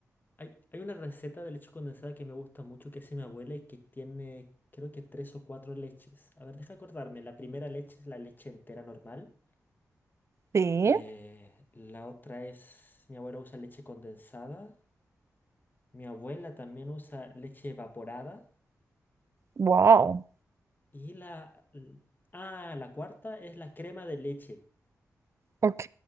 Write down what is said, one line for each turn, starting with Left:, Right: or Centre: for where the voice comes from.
Left: hay, hay una receta de leche condensada que me gusta mucho, que es de mi abuela y que tiene, creo que tres o cuatro leches. A ver, deja acordarme. La primera leche es la leche entera normal.
Right: sí.
Left: Eh, la otra es, mi abuela usa leche condensada, mi abuela también usa leche evaporada
Right: Wow.
Left: y la... l- Ah, la cuarta es la crema de leche.
Right: Ok,